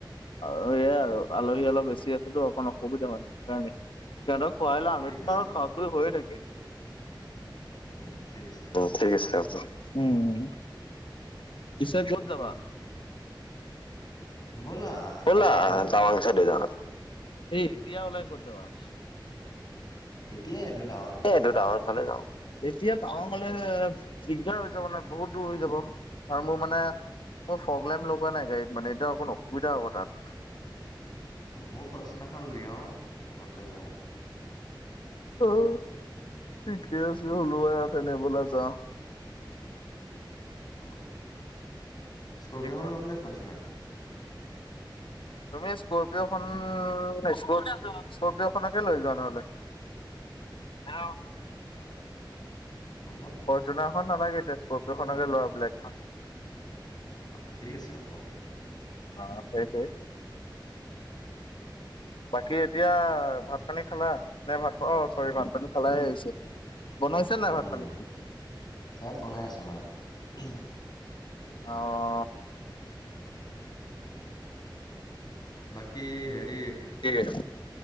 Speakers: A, on the left (about 85°); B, on the left (about 55°).
A: আৰু এয়াই আৰু আলহী
B: অ
A: অলপ বেছি আছে টো অকণ অসুবিধা হয়। সেইকাৰণে, সিহঁতক খুৱাই লওঁ আমি
B: ঠিক
A: টো
B: আছে
A: আৰু
B: বাৰু
A: খোৱা খোই হৈয়ে থাকে।
B: উম ঠিক আছে। হ'ব।
A: উম ঠিক আছে হ'ব। উম, পিছে ক'ত যাবা?
B: বলা
A: বলা
B: টাৱাং চাইডে যাওঁ
A: টাৱাং চাইডে যাওঁ। এই এতিয়া ওলাই ক'ত যাবা?
B: এতিয়াই এইটো টাৱাং ফালে
A: এতিয়াই এইটো
B: যাওঁ
A: টাৱাং ফালে যাওঁ। এতিয়া টাৱাঙলে দিগদাৰ হৈ যাব নহয় বহুত দূৰ হৈ যাব। আৰু মোৰ মানে মোৰ ফ্ৰগ্লেম লগোৱা নাই গাড়ীত মানে এতিয়া অকণ অসুবিধা হ'ব তাত।
B: অঁ মোৰ ফৰ্চোনাৰখন উলিয়াও মোৰ খনতে যাওঁ।
A: অঁ, ঠিকে আছে ওলোৱা তেনে ব'লা যাওঁ।
B: অহ, স্কৰ্পিয়খন
A: কি কোৱা?
B: লম নে ফৰ্চোনাৰখন?
A: তুমি স্কৰ্পিয়খন স্কৰ স্কৰ্পিয়খনকে লৈ যোৱা নহ'লে? হেল্ল'।
B: হয়, হ'ব।
A: ফৰ্চোনাৰ খন নালাগে এতিয়া স্কৰ্পিয় খনকে লোৱা ব্লেক খন।
B: অঁ ঠিক আছে হ'ব।
A: অঁ সেইটোৱেই। বাকী এতিয়া ভাত পানী খালা? নে ভাত অঁ চৰি ভাত পানী খালাহে আহিছে। বনাইছে নাই
B: উম,
A: ভাত পানী?
B: ভাত বনাই আছে মায়ে উহুম।
A: অঁ।
B: বাকী হেৰী
A: কি সেইটো,